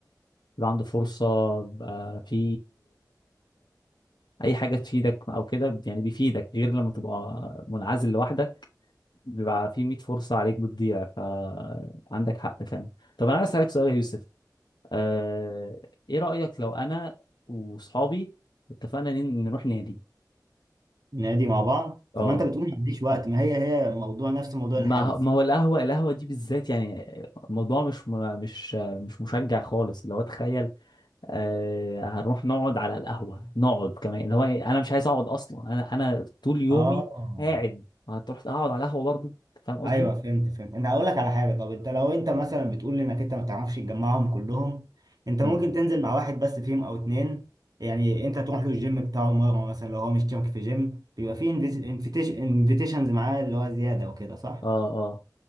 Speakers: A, on the left; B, on the right.
A: بيبقى عنده فرصة بيبقى في أي حاجة تفيدك أو كده يعني بيفيدك غير لما تبقى منعزل لوحدك بيبقى في 100 فرصة عليك بتضيع فعندك حق فعلا طب أنا عايز أسألك سؤال يا يوسف آه... إيه رأيك لو أنا وصحابي اتفقنا ن- نروح نادي
B: نادي مع بعض
A: اه
B: طب ما انت بتقول ما عنديش وقت ما هي هي موضوع نفس موضوع
A: ما
B: الحجز
A: ما هو القهوة القهوة دي بالذات يعني الموضوع مش مش مش مشجع خالص اللي هو تخيل آه، هنروح نقعد على القهوة نقعد كمان اللي هو إيه، انا مش عايز اقعد اصلا انا انا طول يومي
B: اه
A: قاعد هتروح اقعد على القهوة برضو أنت فاهم قصدي
B: ايوه فهمت فهمت انا هقول لك على حاجه طب انت لو انت مثلا بتقول انك انت ما تعرفش تجمعهم كلهم انت
A: امم
B: ممكن تنزل مع واحد بس فيهم او اتنين يعني انت تروح له الجيم بتاعه مره مثلا لو هو مش مشترك في جيم بيبقى فيه انفيتيشنز معاه اللي هو زياده وكده صح
A: اه اه